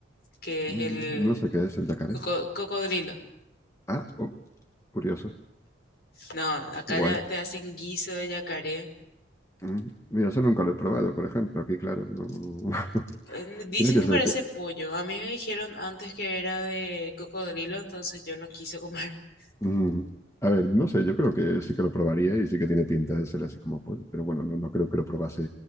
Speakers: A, on the left; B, on the left.
A: que
B: Mm,
A: es el
B: no sé qué es el yacaré.
A: coco- cocodrilo.
B: Ah, oh, curioso.
A: No, acá
B: Qué guay.
A: ya te hacen guiso de yacaré.
B: Mm, mira, eso nunca lo he probado, por ejemplo. Aquí, claro, no... <laughs>
A: Eh, Dicen
B: Tiene que
A: que
B: ser
A: parece
B: que...
A: pollo. A mí me dijeron antes que era de cocodrilo, entonces yo no quise comer. <laughs>
B: Mm, a ver, no sé, yo creo que sí que lo probaría y sí que tiene pinta de ser así como pollo. Pero bueno, no, no creo que lo probase